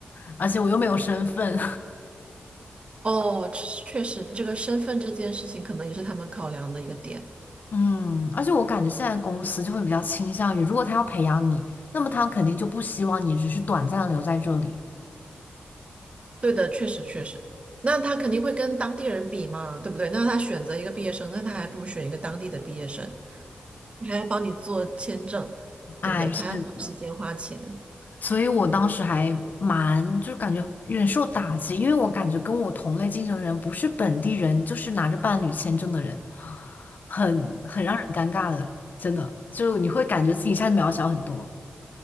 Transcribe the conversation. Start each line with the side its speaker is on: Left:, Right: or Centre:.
Left: 而且我又没有身份，
Right: 哦，确实，这个身份这件事情可能也是他们考量的一个点。
Left: <laughs> 嗯，而且我感觉现在公司就会比较倾向于，如果他要培养你，那么他肯定就不希望你只是短暂的留在这里。
Right: 对的，确实确实。那他肯定会跟当地人比嘛，对不对？那他选择一个毕业生，那他还不如选一个当地的毕业生。你还要帮你做签证，
Left: 哎，
Right: 对不对？他要花时间花钱。
Left: 是的。所以我当时还蛮，就感觉忍受打击，因为我感觉跟我同类竞争的人不是本地人，就是拿着伴侣签证的人，很很让人尴尬的，真的，就你会感觉自己一下子渺小很多。